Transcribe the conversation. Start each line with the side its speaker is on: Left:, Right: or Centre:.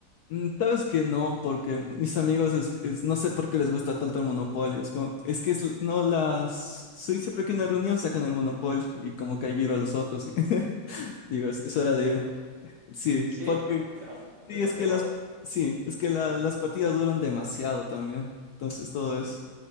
Left: Mm, Sabes que no, porque mis amigos, es- es- no sé por qué les gusta tanto el monopolio. Es, como, es que es, no las... Sí, siempre que hay una reunión sacan el monopolio y como que hay viro a los ojos. y <laughs> digo, es, es hora
Right: Buah.
Left: de irme. Sí,
Right: Sí,
Left: porque
Right: <laughs> a- a- me
Left: sí,
Right: pasa
Left: es que
Right: igual.
Left: las, sí, es que la- las partidas duran demasiado también. Entonces todo
Right: Sí.
Left: es,